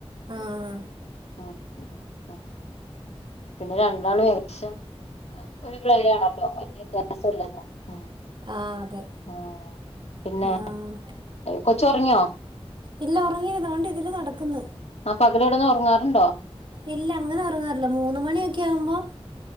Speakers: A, on the right (about 50°); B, on the left (about 85°).
A: ആഹ്
B: ആഹ് ആഹ് പിന്നെ രണ്ടാള് വേറെ ദേശം ഒര് പ്രായാണല്ലോ വല്യ <unintelligible>
A: ആഹ് അതെ
B: ആഹ് പിന്നെ
A: ആഹ്
B: കൊച്ചുറങ്ങിയോ
A: ഇല്ല ഉറങ്ങിയില്ല തോണ്ട് ഇതിലെ നടക്കുന്നു
B: ആ പകല് കിടന്നോറങ്ങാറുണ്ടോ
A: ഇല്ല അങ്ങനെ ഉറങ്ങാറില്ല മൂന്ന് മണിയൊക്കെ ആവുമ്പോ-